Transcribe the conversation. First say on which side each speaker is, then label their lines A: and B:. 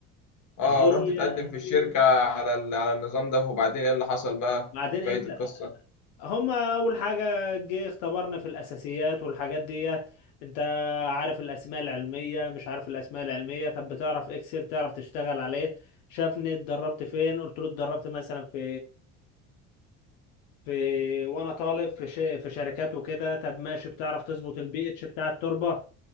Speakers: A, on the left; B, on the left.
A: اه
B: هي
A: رحت اتقدم في الشركة على ال... على النظام ده وبعدين ايه اللي حصل بقى
B: بعدين أنت
A: بقية القصة
B: هما اول حاجه جه اختبرنا في الاساسيات والحاجات ديت انت عارف الاسماء العلميه مش عارف الاسماء العلميه طب بتعرف اكسل تعرف تشتغل عليه شافني اتدربت فين قلت له اتدربت مثلا في في وانا طالب في ش... في شركات وكده طب ماشي بتعرف تظبط البي اتش بتاع التربه